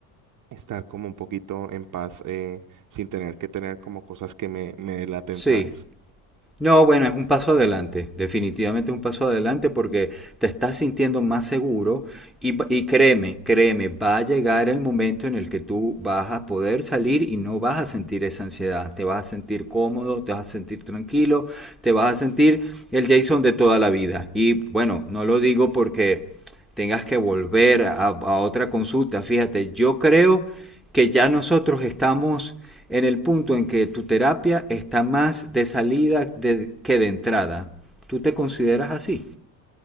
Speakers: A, on the right; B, in the centre.
A: estar como un poquito en paz eh, sin tener que tener como cosas que me, me delaten,
B: sí.
A: ¿sabes?
B: No, bueno, es un paso adelante, definitivamente es un paso adelante porque te estás sintiendo más seguro y, va- y créeme, créeme, va a llegar el momento en el que tú vas a poder salir y no vas a sentir esa ansiedad, te vas a sentir cómodo, te vas a sentir tranquilo, te vas a sentir el Jason de toda la vida. Y bueno, no lo digo porque tengas que volver a, a otra consulta, fíjate, yo creo que ya nosotros estamos en el punto en que tu terapia está más de salida de- que de entrada. ¿Tú te consideras así?